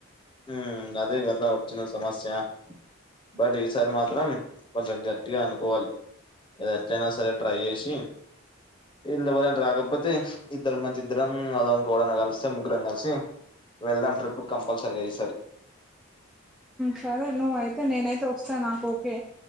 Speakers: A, on the left; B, in the centre.
A: హ్ అదే గదా వచ్చిన సమస్యా. బట్ ఈసారి మాత్రం కొంచెం గట్టిగా అనుకోవాలి. ఇది ఎట్టెనా సరే ట్రై చేశి ఈల్లుఏవరైన రాకపోతే ఇద్దరం మంచి ఇద్దరం <unintelligible> ఇంకెవ్వడన్న కలిస్తే ముగ్గురం కలిసి వెళ్దాం ట్రిప్కి కంపల్సరీగా ఇసారి.
B: సరే నువ్వైతే నేనైతే వస్తా నాకు ఓకే.